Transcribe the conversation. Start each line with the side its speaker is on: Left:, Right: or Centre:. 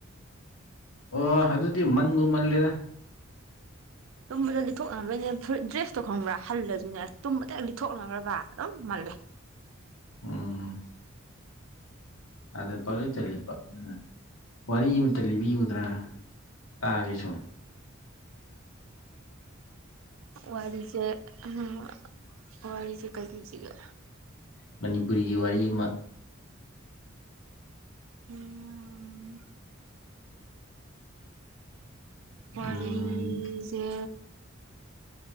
Left: ꯑꯣ ꯑꯗꯨꯗꯤ ꯃꯟꯕꯨ ꯃꯟꯂꯦꯗ
Right: ꯇꯨꯝꯕꯗ ꯂꯤꯊꯣꯛꯅꯕꯩꯅꯦ ꯐꯨꯔꯤꯠ ꯗ꯭ꯔꯦꯁꯇꯣ ꯈꯪꯕ꯭ꯔꯥ ꯍꯜꯂꯖꯨꯅꯦ ꯇꯨꯝꯕꯗ ꯍꯦꯛ ꯂꯤꯠꯊꯣꯛꯅꯈ꯭ꯔꯕ ꯑꯗꯨꯝ ꯃꯜꯂꯦ
Left: ꯎꯝ ꯑꯗ ꯄꯡꯂꯤꯠꯇ ꯂꯤꯠꯄ <unintelligible> ꯋꯥꯔꯤ ꯑꯝꯇ ꯂꯤꯕꯤꯌꯨꯗꯅ ꯇꯥꯒꯦ ꯁꯨꯝ
Right: ꯋꯥꯔꯤꯖꯦ <unintelligible> ꯋꯥꯔꯤꯖꯦ ꯀꯩ ꯂꯤꯖꯤꯒꯦ
Left: ꯃꯅꯤꯄꯨꯔꯤꯒꯤ ꯋꯥꯔꯤ ꯑꯃ
Right: ꯎꯝ ꯋꯥꯔꯤꯖꯦ
Left: ꯎꯝ